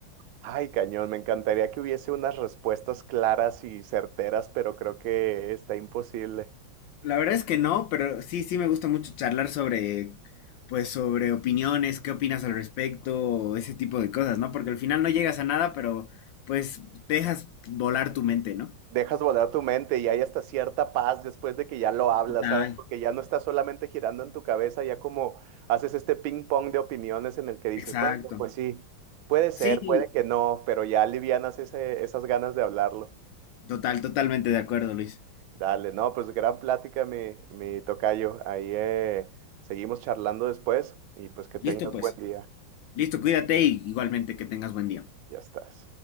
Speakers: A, on the right; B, on the left.
A: ay, cañón, me encantaría que hubiese unas respuestas claras y certeras, pero creo que está imposible.
B: La verdad es que no, pero sí, sí me gusta mucho charlar sobre, pues, sobre opiniones, qué opinas al respecto, o ese tipo de cosas, ¿no? Porque al final no llegas a nada, pero pues te dejas volar tu mente, ¿no?
A: dejas volar tu mente y hay hasta cierta paz después de que ya lo hablas,
B: Total,
A: ¿sabes? Porque ya no está solamente girando en tu cabeza, ya como haces este ping pong de opiniones en el que dices,
B: exacto.
A: bueno, pues sí, puede ser,
B: Sí,
A: puede que no, pero ya alivianas ese, esas ganas de hablarlo.
B: total, totalmente de acuerdo, Luis.
A: Dale, no, pues gran plática, mi, mi tocayo. Ahí eh, seguimos charlando después y pues que tengas
B: Listo, pues.
A: buen día.
B: Listo, cuídate y igualmente que tengas buen día.
A: Ya estás.